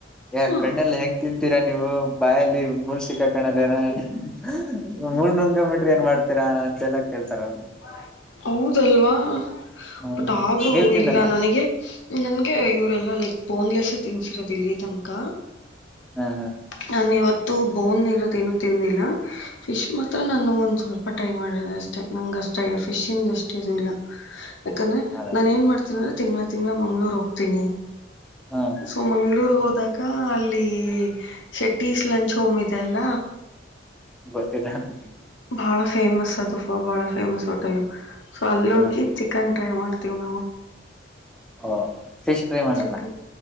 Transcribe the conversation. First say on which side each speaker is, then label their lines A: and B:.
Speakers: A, in the centre; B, on the left.
A: ಯಾ
B: ಹಾಂ
A: ಕಣ್ಣೆಲ್ಲ ಹೆಂಗ ಕ್ಕ ನೀವು ಬಾಯಲ್ಲಿ ಮುಳ್ಸಿ ಕಕ್ಕಣಕ ಏನ <unintelligible> ಮುಳ್ ನುಂಗ ಮಿಟ್ರೆ ಏನ್ ಮಾಡ್ತೀರಾ ಅಂತೆಲ್ಲಾ ಕೇಳ್ತಾರ ಅವರು.
B: <unintelligible> ಹೌದಲ್ವಾ. ಹ್
A: ಹ್ಮ್
B: ಬಟ್ ಆದ್ರೂ
A: ನೀವ್ ತಿನ್ನಲ್ಲ
B: ಇಲ್ಲ ನನಿಗೆ ನನ್ಗೆ ಇವರೆಲ್ಲ ಲೆಕ್ಕ ಬೋನ್ಲೆಸ್ಸೇ ತಿನ್ಸಿರದು ಇಲ್ಲಿ ತನ್ಕ
A: ಹ ಹ
B: ನನ್ ಇವತ್ತ್ ತ್ತು ಬೋನ್ ಇರೋದ್ ಏನು ತಿಂದಿಲ್ಲ ಹ್ ಫಿಶ್ ಮಾತ್ರ ನಾನು ಒಂದ್ ಸ್ವಲ್ಪ ಅಪ ಟೈ ಮಾಡದಷ್ಟೇ ನಂಗ್ ಅಷ್ಟ ಫಿಶಿಂದ ಅಷ್ಟ್ ಇಸಿ ಇಲ್ಲ. ಯಾಕನ್ನ
A: ಹೌದ
B: ನಾನ್ ಏನ್ ಮಾಡ್ತೀನ ತಿಂಗ್ಳ ತಿಂಗ್ಳ ಮಂಗ್ಳೂರ್ ಹೋಗ್ತಿನಿ.
A: ಹ ಹ
B: ಸೊ ಮಂಗ್ಳೂರು ಅದ್ ದಗಾ ಅಲ್ಲೀ ಶೆಟ್ಟೀಸ್ ಲಂಚ್ ಹೋಮ್ ಇದೆ ಅಲ್ಲ.
A: ಗೊತ್ತಿದಹ್ನ್
B: ಭಾಳ ಫೇಮಸ್ ಅದು ಫ ಬಹಳ ಫೇಮಸ್ ಹೋಟೆಲ್ ಸೊ ಅಲ್ಲೋಗಿ
A: ಹ್ಮ್ ಹ್ಮ್
B: ಚಿಕನ್ ಟ್ರೈ ಮಾಡ್ತ ತಿವ್ ನವು.
A: ಓ ಸಿಸ್ ಟ್ರೈ ಮಾಡಲ್ಲ.
B: ಚಿಕ್ಕ